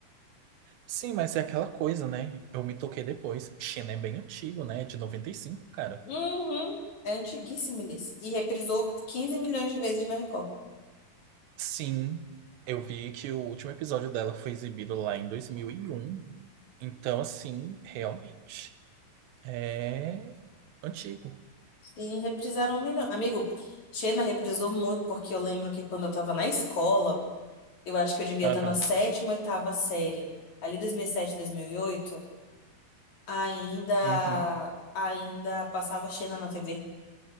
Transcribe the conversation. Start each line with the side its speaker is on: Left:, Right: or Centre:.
Right: Sim, mas é aquela coisa, né? Eu me toquei depois. China é bem antigo, né? de 95 cara.
Left: Uhum. É antiguíssimo, Liz. E reprisou 15 milhões de vezes na Record.
Right: Sim, eu vi que o último episódio dela foi exibido lá em dois mil e um Então, assim, realmente, é antigo.
Left: E reprisaram um milhão. Amigo, Xena reprisou muito, porque eu lembro que quando eu tava na escola, eu acho que eu devia
Right: Aham.
Left: estar na sétima, oitava série. Ali 2007, 2008, ainda,
Right: Uhum.
Left: ainda passava Xena na TV.